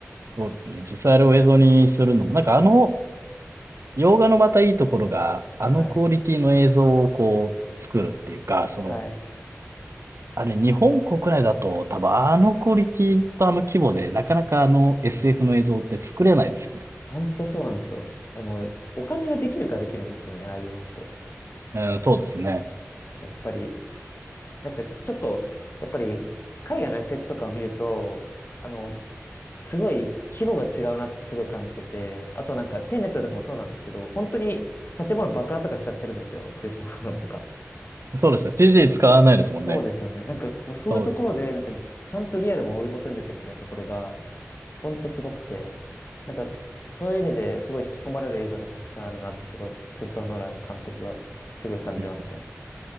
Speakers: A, on the right (about 65°); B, on the left (about 45°).
A: そうですね。実際あれを映像にするのも、なんかあの洋画のまたいいところが、あのクオリティの映像をこう作るっていうか、
B: はい。
A: その、
B: はい。
A: あれ日本国内だと多分あのクオリティとあの規模でなかなかあの SF の映像って作れないですよね。
B: 本当そうなんですよ。あれもう、お金ができるかできるんですよね、ああいうのって。
A: うん、そうですね。
B: やっぱり、なんかちょっと、やっぱり、海外の SF とかを見ると、あの、すごい規模が違うなってすごい感じてて、あとなんか、テネットとかもそうなんですけど、本当に建物爆破とかしちゃってるんですよ、クリス・マノンとか。
A: そうですね。CG 使わないですもんね。
B: そうですよね。なんか、もうそういうところで、
A: そうです。
B: なんか、ちゃんとリアルを追い求めてるみたいなところが、ほんとすごくて、なんか、そういう意味ですごい引き込まれる映画がたくさんあるなって、すごい、クリストファー・ノーランの監督がすごい感じますね。
A: うん、